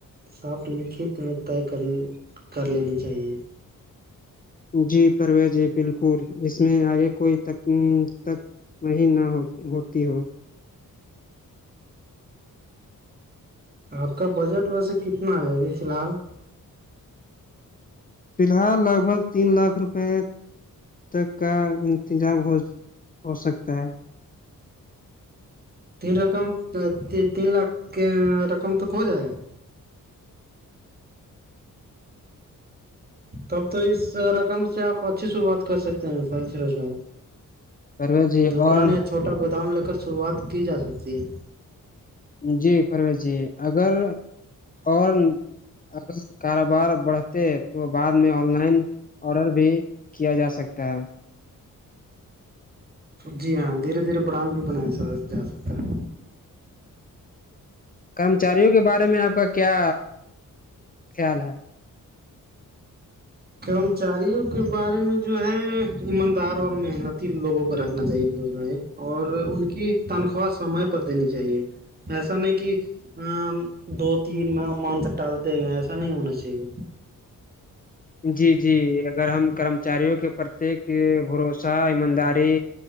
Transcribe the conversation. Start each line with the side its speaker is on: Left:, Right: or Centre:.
Right: ساتھ لکھت میں طے کر کر لینی چاہیے
Left: جی پروی جی بالکل اس میں آگے کوئی تک تک میں نہ ہو ہوتی ہو
Right: آپ کا بجٹ ویسے کتنا ہے ابھی فی الحال
Left: فی الحال لگ بھگ تین لاکھ روپے تک کا انتظام ہو ہو سکتا ہے
Right: تین رقم تین لاکھ کے رقم تک ہو جائے گا تب تو اس رقم سے آپ اچھی شروعات کر سکتے ہیں سر فیروج ب
Left: پرویز جی
Right: دکان
Left: اور
Right: یا چھوٹا گودام لے کر شروات کی جا سکتی ہے
Left: جی پرویز جی اگر اور اگر کاروبار بڑھ تے تو بعد میں آن لائن آڈر بھی کیا جا سکتا ہے
Right: جی ہاں دھیرے دھیرے برانڈ بھی بنایا جا سکتا ہے
Left: کرمچاریوں کے بارے میں آپ کا کیا خیال ہے
Right: کرمچاریوں کے بارے میں جو ہے ایماندار اور محنتی لوگوں کو رکھنا چاہیے بوزگ اور ان کی تنخواہ سمے پر دینی چاہیے ایسا نہیں کہ ہاں دو تین منت ٹالتے گئے ایسا نہیں ہونا چاہیے
Left: جی جی اگر ہم کرمچاریوں کے پرتیک بھروسہ ایمانداری